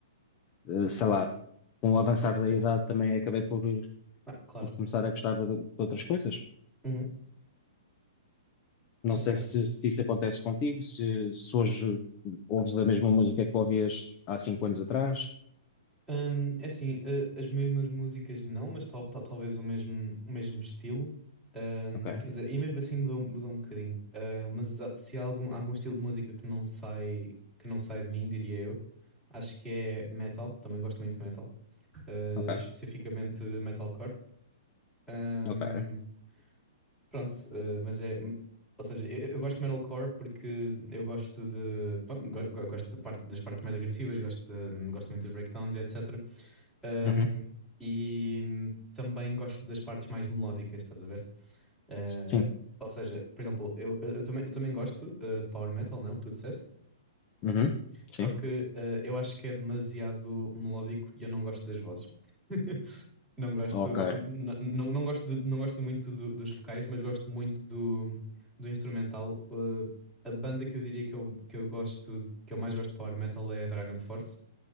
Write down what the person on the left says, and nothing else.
eh, sei lá, com o avançar da idade também acabei por,
por começar a gostar de, de outras coisas.
Não
sei se, se isso acontece contigo, se, se hoje ouves a mesma música que ouvias há cinco anos atrás.
Ok,
ok,
ok.
Uhum,
sim,
uhum,
sim.
Ok.